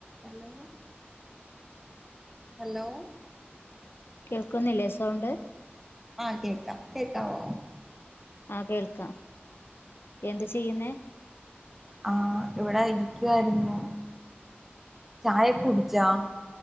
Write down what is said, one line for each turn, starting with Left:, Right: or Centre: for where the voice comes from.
Centre: Hello hello
Left: കേൾക്കുന്നില്ലേ sound?
Centre: ആഹ് കേക്കാം. കേക്കാവോ?
Left: ആഹ് കേൾക്കാം. എന്താ ചെയ്യുന്നേ?
Centre: ആഹ്. ഇവിടെ ഇരിക്കുവായിരുന്നു. ചായയൊക്കെ കുടിച്ചാ?